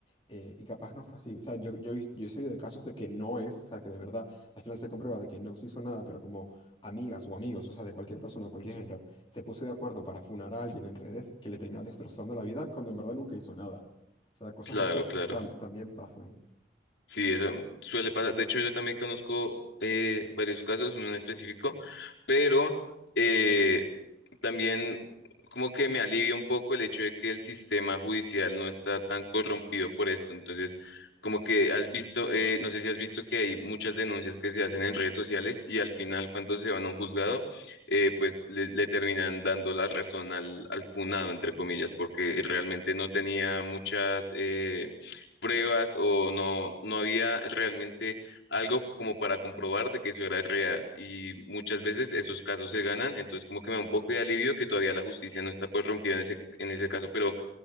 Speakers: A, on the left; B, on the left.
A: eh, y capaz no fue así, o sea, yo, yo, he vis- yo he sabido de casos de que no es, o sea, que de verdad, al final se comprueba de que no se hizo nada, pero como amigas o amigos, o sea, de cualquier persona, de cualquier género, se puso de acuerdo para funar a alguien en redes que le termina destrozando la vida cuando en verdad nunca hizo nada. O sea, cosas
B: claro,
A: de esas
B: claro.
A: tam- también pasan.
B: Sí, eso suele pasar. De hecho, yo también conozco eh, varios casos, uno en específico, pero eh, También como que me alivia un poco el hecho de que el sistema judicial no está tan corrompido por esto. Entonces, como que has visto, eh, no sé si has visto que hay muchas denuncias que se hacen en redes sociales y al final cuando se van a un juzgado, eh, pues le, le terminan dando la razón al, al funado, entre comillas, porque realmente no tenía muchas eh, pruebas o no, no había realmente algo como para comprobar de que eso era real. Y muchas veces esos casos se ganan, entonces como que me da un poco de alivio que todavía la justicia no está corrompida en ese, en ese caso, pero